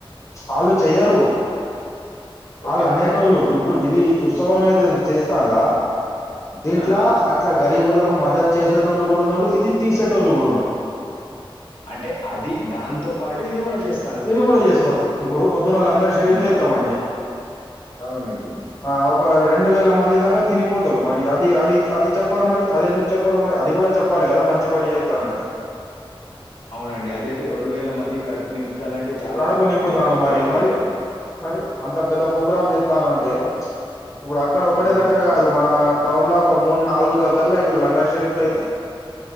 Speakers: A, on the left (about 30°); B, on the left (about 70°).
A: ఆళ్ళు చెయ్యరు,
B: ఆహా! ఓకే.
A: ఆళ్ళు అన్ని టోళ్ళు ఇప్పుడు ఇది ఉత్సవం ఏదైతే చేస్తాల్లా దీంట్లా
B: ఆ!
A: అక్ ఇట్ల గరీబోళ్లకు మదతు చేసేటోళ్ళు గుడ ఉన్నరు, ఇది తీసేటోళ్ళు గుడ ఉన్నరు.
B: అంటే అది దాంతో పాటు ఇది కూడా చేస్
A: ఇది కూడా చేస్తారు ఇప్పుడు పొద్దున్న లంగర్ షరీఫ్
B: ఆ!
A: చేస్తామండి
B: అవునండి.
A: ఆ ఒక రెండు వేల మంది దాకా తినిపోతరూ మరి అది అది అది చెప్పరు మరి అది ఎందుకు చెప్పరు మరీ అది కూడా చెప్పాలి కదా మంచి పని చేత్తలని
B: అవునండి అదయితే రెండు వేల మంది కడుపు నింపుతాలంటే చాలా
A: కడుపు నింపుతాను
B: పెద్ద
A: మరి
B: గ్రేట్
A: మరి
B: అండి అది
A: మరి అంత పెద్ద ప్రోగ్రామ్ చెత్తలంటే ఇప్పుడు అక్కడ ఒకటె
B: హ్మ్.
A: దగ్గర కాదు మన టౌన్లా ఒక మూడు నాలుగుదగ్గరల ఇట్లా లంగర్ షరీఫ్లయితై